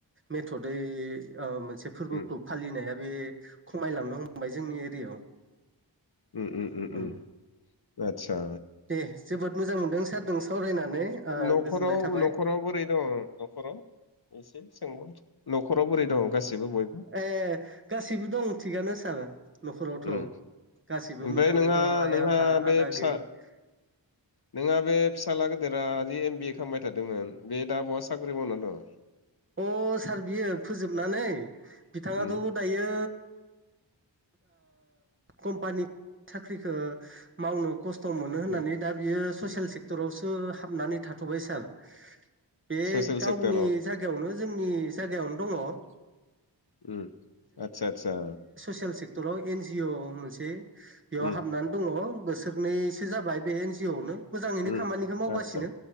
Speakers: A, on the right (about 25°); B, on the left (about 55°).
A: मेथदै मोनसे फोरबोखौ
B: उम
A: फालिनाया बे खमायलांनो हमबाय जोंनि एरियायाव
B: उ उ
A: ओं
B: उ आतसा
A: दे जोबोद मोजां मोनदों सारजों सावरायनानै
B: न'खराव
A: गोजोननाय थाबाय
B: न'खराव बोरै दङ न'खराव एसे सोंबाव न'खराव बोरै दं गासैबो बयबो
A: ए गासैबो दं थिगानो सार न'खरावथ'
B: उम
A: गासिबो
B: ओमफ्राय
A: मोजाङैनो
B: नोंहा
A: दं आइ
B: नोंहा
A: आफा
B: बे
A: आदा आगै
B: फिसा
A: <inaudible>
B: नोंहा बे फिसाज्ला गेदिरा जि एमबिए खालामबाय थादोंमोन बे दा बहा साख्रि मावना दं
A: अ सार बियो फोजोबनानै बिथाङाथ'
B: उम
A: दायो कम्पानि साख्रिखौ मावनो खस्थ' मोनो होननानै
B: उम
A: दा बियो ससियेल सेक्टरावसो हाबनानै थाथ'बाय सार बे
B: ससियेल
A: गावनि
B: सेक्टराव
A: जायगायावनो जोंनि जायगायावनो दङ
B: उ आतसा आतसा
A: ससियेलल सेक्टराव एन जिअ मोनसे बेयाव
B: उम
A: हाबनानै दङ अ बोसोरनैसो जाबाय बे एन जि अवनो मोजाङैनो
B: उम
A: खामानिखौ मावगासिनो
B: आतसा